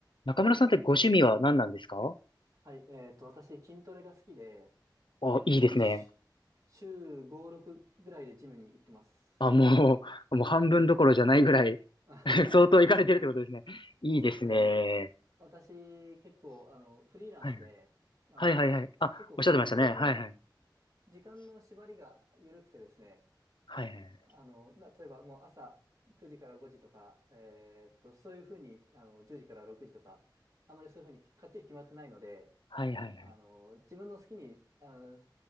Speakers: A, on the left; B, on the right.
A: 中村さんってご趣味は何なんですか
B: はい、えっと、私、筋トレが好きで、
A: あ、
B: えっと、
A: いいですね。
B: し週5、6ぐらいでジムに行ってます。
A: あ、もう、もう半分どころじゃないぐらい
B: <laughs> あはい。
A: <laughs> 相当行かれてるってことですね。いいですね。
B: そうですね。あの、私、結構、あの、フリーランスで、
A: はいはい。
B: あの、
A: はいはいはい。あ、
B: 結構、
A: おっしゃってましたね。
B: その、時間、
A: はいはい。
B: 時間の縛りが緩くてですね、
A: はいはい。
B: あの、な例えば、もう朝9時から5時とか、えっと、そういうふうに、あの、10時から6時とか、あまりそういうふうにかっちり決まってないので、
A: はいはいはい。
B: あの、自分の好きに、あの、